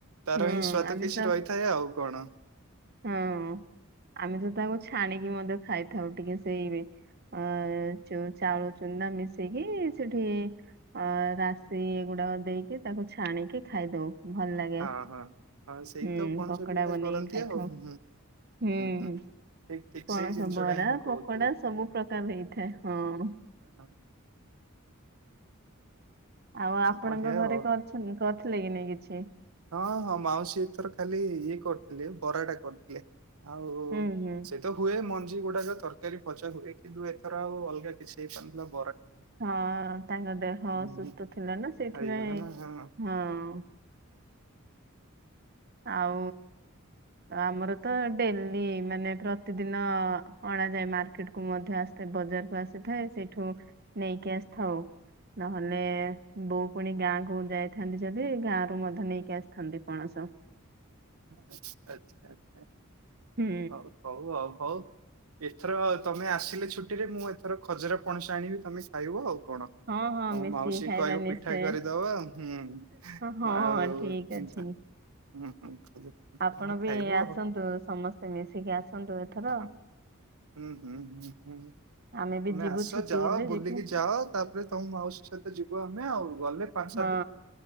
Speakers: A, on the right (about 85°); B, on the right (about 45°).
A: ତାର
B: ହୁଁ
A: ହିଁ ସ୍ଵାଦ
B: ଆମେ
A: କିଛି
B: ତ
A: ରହିଥାଏ ଆଉ କଣ।
B: ହଁ ଆମେ ତ ତାକୁ ଛାଣିକି ମଧ୍ୟ ଖାଇଥାଉ ଟିକେ ସେଇ ଅ ଯୋଉ ଚାଉଳ ଚୁନା ମିଶେଇକି ସେଠି ଅ ରାଶି ଏଗୁ ତ ଦେଇକି ତାକୁ ଛାଣିକି ଖାଇଦୋଉ। ଭଲ ଲାଗେ।
A: ହଁ ହଁ। ହଁ ସେଇ
B: ହୁଁ
A: ତ ପଣସ
B: ପକୋଡା
A: ପିଠା
B: ବନେଇକି
A: କରନ୍ତି
B: ଖାଇ
A: ଆଉ
B: ହୁଁ।
A: ହୁଁ ହୁଁ। ଠିକ ଠିକ
B: ପଣସ
A: ସେଇ ଜିନିଷଟା
B: ବରା
A: ହିଁ ମୁଁ କହୁଥିଲି
B: ପକୋଡା ସବୁ ପ୍ରକାର ହେଇଥାଏ ହଁ।
A: ହଁ।
B: ଆଉ ଆପଣଙ୍କ
A: ବଢିଆ
B: ଘରେ
A: ଆଉ
B: କରିଛନ୍ତି, କରିଥିଲେ କି ନାଇ କିଛି?
A: ହଁ ହଁ ମାଉସୀ ଏଥର ଖାଲି ଇଏ କରିଥିଲେ ବରାଟା କରିଥିଲେ। ଆଉ
B: ହୁଁ ହୁଁ
A: ସେ ତ ହୁଏ ମନ୍ ଜି ଗୁଡାକ ତରକାରୀ ଭଜା ହୁଏ। କିନ୍ତୁ ଏଥର ଆଉ ଅଲଗା କିଛି ହେଇପା <unintelligible>
B: ହଁ ତାଙ୍କ ଦେହ ଅସୁସ୍ଥ
A: ହୁଁ
B: ଥିଲା ନା। ସେଇଥିପାଇଁ
A: ହେଇଗଲା ନା ହଁ
B: ହଁ। ଆଉ ଆମର ତ ଡେଲି ମାନେ ପ୍ରତିଦିନ ଅଣାଯାଏ। ମାର୍କେଟ୍ କୁ ମଧ୍ୟ ଆସ ସେ ବଜାରକୁ ଆସିଥାଏ। ସେଇଠୁ ନେଇକି ଆସିଥାଉ। ନହେଲେ ବୋଉ ପୁଣି ଗାଁକୁ ଯାଇଥାନ୍ତି ଯଦି ଗାଁରୁ ମଧ୍ୟ ନେଇକି ଆସିଥାନ୍ତି ପଣସ।
A: ଆଚ୍ଛା ଆଚ୍ଛା।
B: ହୁଁ
A: ହଉ ହଉ ଆଉ ହଉ ଏଥର ତୋମେ ଆସିଲେ ଛୁଟିରେ ମୁଁ ଏଥର ଖଜରା ପଣସ ଆଣିବି ତୋମେ ଖାଇବ ଆଉ। କଣ।
B: ହଁ ହଁ
A: ତମ
B: ମିଶିକି
A: ମାଉସୀ
B: ଖାଇବା
A: କି କହିବ
B: ନିଶ୍ଚୟ।
A: ପିଠା କରିଦବ ହୁଁ
B: ହଁ
A: ଆଉ
B: ଠିକ ଅ ଛି।
A: ତା- ହୁଁ, ହୁଁ, <inaudible>
B: ଆପଣ ବି
A: ଖାଇବ
B: ଆସନ୍ତୁ।
A: ଆଉ
B: ସମସ୍ତେ ମିଶିକି ଆସନ୍ତୁ ଏଥର।
A: ହଁ ହୁଁ, ହୁଁ, ହୁଁ, ହୁଁ।
B: ଆମେ ବି
A: ତୋମେ
B: ଯିବୁ
A: ଆସ
B: ଛୁଟି
A: ଯାଅ
B: ହେଲେ
A: ବୁଲିକି
B: ଯିବୁ
A: ଯାଅ। ତାପରେ ତୋମ ମାଉସୀ ସହିତ ଯିବୁ ଆମ ମେ ଆଉ ଗଲେ ପାଞ୍ଚ ସାତ
B: ହଁ